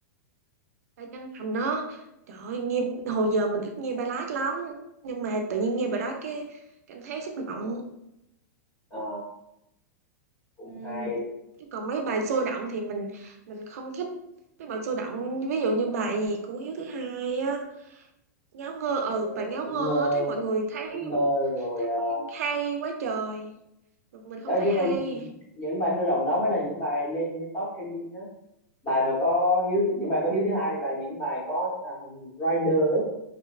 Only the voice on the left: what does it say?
Ờ, cũng
hay.
Ờ,
ngớ
ngơ,
ngớ ngơ rồi.
Ờ,
Ờ,
nhưng
mà những bài sôi động đó mới là những bài lên lên top trending đó. Bài mà có hiếu thứ- những bài có hiếu thứ hai và những bài có thằng Rider ấy.